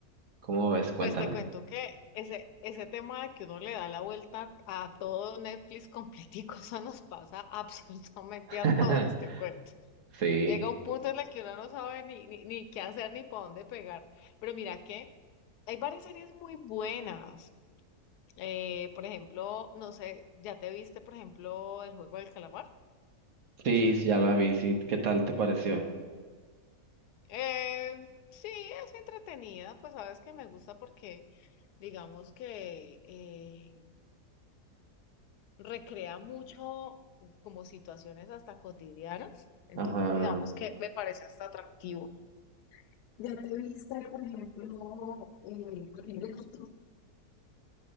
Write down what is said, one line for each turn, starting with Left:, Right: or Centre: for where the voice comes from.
Right: ¿Cómo ves? Cuéntame.
Left: Pues te cuento que ese, ese tema de que uno le da la vuelta a todo Netflix <laughs> completico, eso nos pasa <laughs> absolutamente
Right: <laughs>
Left: a todos, te cuento.
Right: Sí,
Left: Llega un punto en el que uno no sabe ni, ni, ni qué hacer ni para dónde pegar. Pero mira que hay varias series muy buenas. Eh, por ejemplo, no sé, ¿ya te viste, por ejemplo, El Juego del Calamar?
Right: sí, sí, ya la vi, sí. ¿Qué tal te pareció?
Left: Eh, sí, es entretenida, pues sabes que me gusta porque digamos que... eh, recrea mucho como situaciones hasta cotidianas, entonces
Right: Ajá.
Left: digamos que me parece hasta atractivo. ¿Ya te viste, por ejemplo, eh, Corriendo Nocturno?